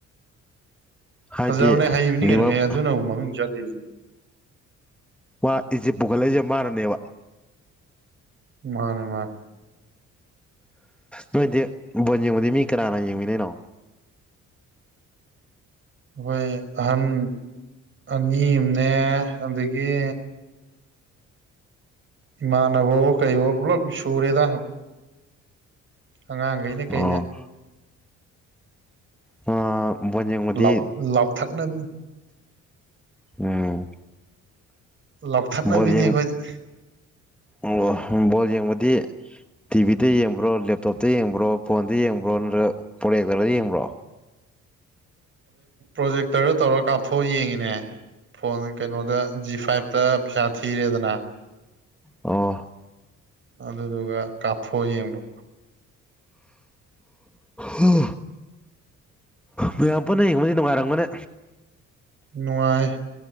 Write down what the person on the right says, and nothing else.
ꯐꯖꯕꯅꯦ ꯍꯩꯕꯅꯤ
ꯀꯩꯅꯣ ꯑꯦ ꯑꯗꯨꯅꯕꯨ ꯃꯃꯤꯡ ꯆꯠ ꯂꯩꯁꯤꯅꯦ
ꯃꯥꯅꯦ ꯃꯥꯅꯦ
ꯑꯩꯈꯣꯏ ꯑꯍꯟ ꯑꯅꯤ ꯑꯃꯅꯦ ꯑꯗꯒꯤ ꯏꯃꯥꯅꯕꯋꯣ ꯀꯩꯋꯣ ꯄꯨꯂꯞ ꯁꯨꯔꯦꯗ ꯑꯉꯥꯡꯒꯩꯅꯦ ꯀꯩꯅꯦ
ꯂꯥꯎ ꯂꯥꯎꯊꯠꯅꯕꯤꯅꯦ
ꯂꯧꯊꯠꯅꯕꯤꯅꯤ
ꯑꯩꯈꯣꯏꯗꯤ
꯭ꯄ꯭ꯔꯣꯖꯦꯛꯇꯔꯗ ꯇꯧꯔ ꯀꯥꯞꯊꯣꯛꯑ ꯌꯦꯡꯉꯤꯅꯦ ꯐꯣꯟ ꯀꯩꯅꯣꯗ ꯖꯤ ꯐꯥꯏꯞꯇ ꯄꯩꯁꯥ ꯊꯤꯔꯦꯗꯅ
ꯑꯗꯨꯗꯨꯒ ꯀꯥꯞꯊꯣꯛ ꯌꯦꯡꯕ
ꯅꯨꯡꯉꯥꯏ